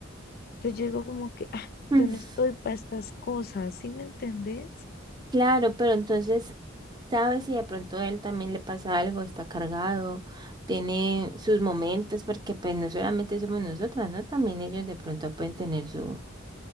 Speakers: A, on the left; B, on the right.
A: Entonces yo digo como que, ah, yo
B: mm,
A: no estoy para estas cosas, ¿sí me entendés?
B: claro, pero entonces, ¿sabes si de pronto a él también le pasa algo? Está cargado, tiene sus momentos, porque pues no solamente somos nosotras, ¿no? También ellos de pronto pueden tener su,